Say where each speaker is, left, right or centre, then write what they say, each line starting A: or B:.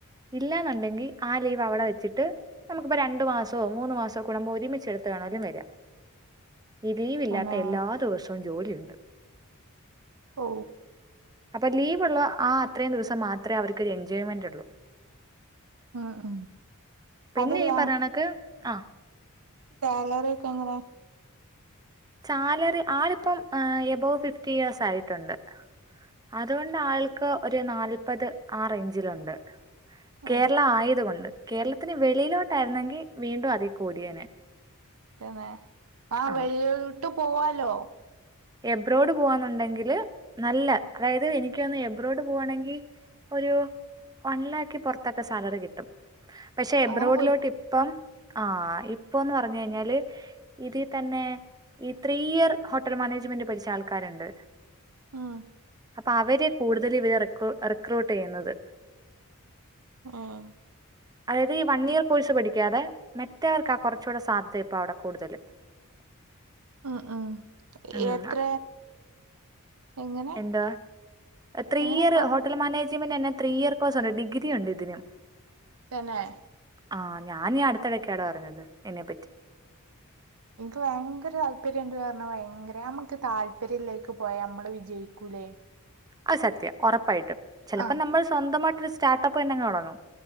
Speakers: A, on the right; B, on the right.
A: ഇല്ലാന്നുണ്ടെങ്കി ആഹ് ലീവ് അവിടെ വെച്ചിട്ട് നമുക്കിപ്പോ രണ്ടു മാസോ മൂന്ന് മാസോ കൂടെമ്പോ ഒരുമിച്ച് എടുത്തിട്ട് വേണേലും വരാ ഇ ലീവില്ലാത്ത
B: പിന്നെ
A: എല്ലാ ദിവസവും ജോലിയുണ്ട്
B: ഓ
A: അപ്പൊ ലീവ് ഉള്ള ആഹ് അത്രയും ദിവസം മാത്രമേ അവർക്കൊരു എന്ജോയ്മെന്റ് ഉള്ളൂ
B: ഉം ഉം
A: പിന്നെ
B: അതല്ല
A: ഈ പറയണക് ആഹ്
B: സാലറി ഒക്കെ എങ്ങനെ
A: സാലറി ആള് ഇപ്പം എബോവ് ഫിഫ്റ്റി ഇയേഴ്സ് ആയിട്ടുണ്ട് അതുകൊണ്ട് ആൾ ക് ഒരു നാല്പത് ആഹ് റേഞ്ചിലുണ്ട് കേരള
B: ഏ
A: ആയത് കൊണ്ട് കേരളത്തിന് വെളിയിലോട്ട് ആയിരുന്നെങ്കിൽ വീണ്ടും അതിൽ കൂടിയേനെ
B: ക്കുന്നെ ആഹ്
A: ആ
B: വെളിയിലോട്ട് പോവാലോ
A: എബ്രോഡ് പോവാന്നുണ്ടെങ്കില് നല്ല അതായത് എനിക്ക് വന്ന് എബ്രോഡ് പോവാണെങ്കി ഒരു വൺ ലാക്ക് പുറത്തൊക്കെ സാലറി കിട്ടും. പക്ഷെ എബ്രോഡിലോട്ട്
B: അങ്ങനെ പോയി
A: പ്പം ആഹ് ഇപ്പൊന്ന് പറഞ്ഞ് കഴിഞ്ഞാല് ഇതി തന്നെ ഈ ത്രീ ഇയർ ഹോട്ടൽ മാനേജ്മെന്റ് പഠിച്ച ആൾക്കാരുണ്ട്
B: ആഹ്
A: അപ്പ അവര് കൂടുതൽ ഇവരെ റി റിക്രൂട്ട് ചെയ്യുന്നത്
B: ഏഹ്
A: അതായത് ഈ വൺ ഇയർ കോഴ്സ് പഠിക്കാതെ മറ്റേൾക്ക ആഹ് കുറച്ചൂടെ സാധ്യത ഇപ്പ അവിടെ കൂടുതല് <inaudible>
B: അ ആഹ്
A: ഉം
B: എത്ര എങ്ങനെ
A: എന്താ ത്രീ
B: എങ്ങനെ
A: ഇയർ
B: പറഞ്ഞു
A: ഹോട്ടൽ മാനേജ്മെന്റ് തന്നെ ത്രീ ഇയർ <unintelligible> ഡിഗ്രി ഉണ്ട് ഇതിനും
B: തന്നെ
A: ആഹ് ഞാനീ അടുത്തിടക്കാടോ അറിഞ്ഞത് ഇതിനെ പറ്റി
B: ഇൻക്ക് ഭയങ്കര താല്പര്യമുണ്ട് പറഞ്ഞാ ഭയങ്കര നമുക്ക് താല്പര്യള്ളതിലേക്ക് പോയാ നമ്മള് വിജയിക്കൂലേ
A: അത് സത്യ ഉറപ്പായിട്ടും ചിലപ്പോം
B: ആഹ്
A: നമ്മൾ സ്വന്തമായിട്ടോരു സ്റ്റാർട്ടപ്പ് തന്നെങ് തുടങ്ങും